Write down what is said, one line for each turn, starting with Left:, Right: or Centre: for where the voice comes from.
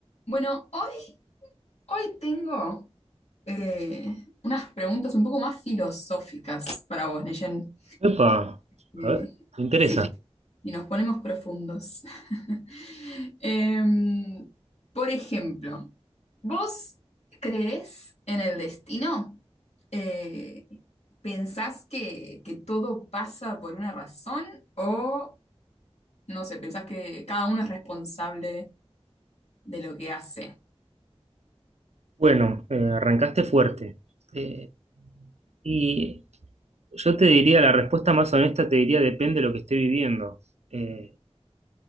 Left: Bueno, hoy, hoy tengo eh, unas preguntas un poco más filosóficas para vos, Neyen.
Right: Epa,
Left: Eh,
Right: a ver, me interesa.
Left: sí, y nos ponemos profundos. <laughs> Em, por ejemplo, ¿vos crees en el destino? Eh, ¿pensás que, que todo pasa por una razón? ¿O, no sé, pensás que cada uno es responsable de lo que hace?
Right: Bueno, eh, arrancaste fuerte. Eh, y yo te diría, la respuesta más honesta te diría, depende de lo que esté viviendo. Eh,